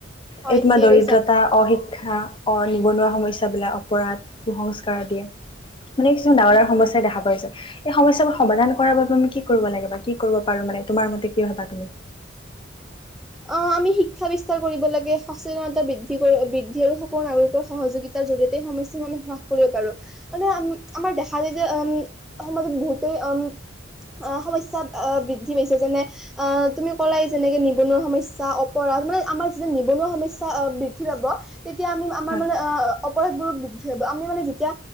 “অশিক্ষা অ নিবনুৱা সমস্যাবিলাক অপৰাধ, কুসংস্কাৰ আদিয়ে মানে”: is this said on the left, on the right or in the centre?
Left